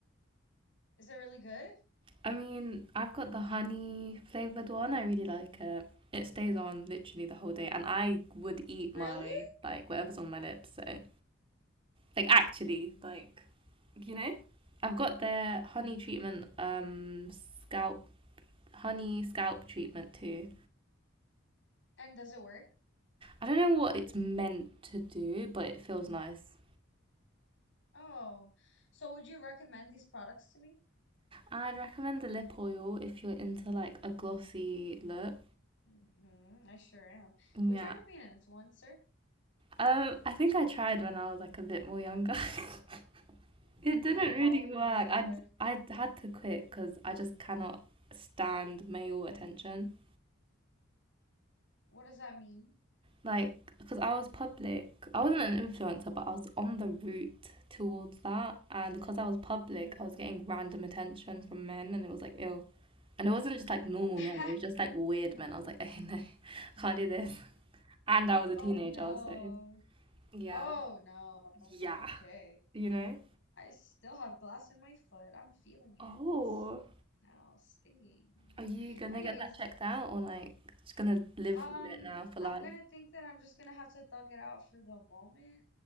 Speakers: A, on the left; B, on the right.
A: Is it really good?
B: I mean, I've got the honey flavored one. I really like it. It stays on literally the whole day, and I would eat
A: Really?
B: my like whatever's on my lips. So, like actually, like you know, I've got their honey treatment, um, scalp honey scalp treatment too.
A: And does it work?
B: I don't know what it's meant to do, but it feels nice.
A: Oh, so would you recommend these products to me?
B: I'd recommend the lip oil if you're into like a glossy look.
A: Mm-hmm, I sure am.
B: Yeah.
A: Would you ever be an influencer?
B: Um, I think I tried when I was like a bit more younger. <laughs> It didn't
A: Like, how
B: really
A: old were
B: work.
A: you when you
B: I
A: tried?
B: I had to quit because I just cannot stand male attention.
A: What does that mean?
B: Like, because I was public, I wasn't an influencer, but I was on the route towards that, and because I was public,
A: Mm-hmm.
B: I was getting random attention from men, and it was like ill. And it wasn't just like normal
A: <laughs>
B: men; it was just like weird men. I was like, <laughs> hey, no, I can't do this. And I was
A: Oh
B: a teenager,
A: no.
B: so yeah,
A: Oh no.
B: yeah,
A: Okay.
B: you know.
A: I still have glass in my foot. I'm feeling it
B: Oh,
A: now, stinging.
B: are you gonna
A: Anyways,
B: get that checked out, or like just gonna live
A: um,
B: with it now for
A: I'm
B: life?
A: gonna think that I'm just gonna have to thug it out for the moment.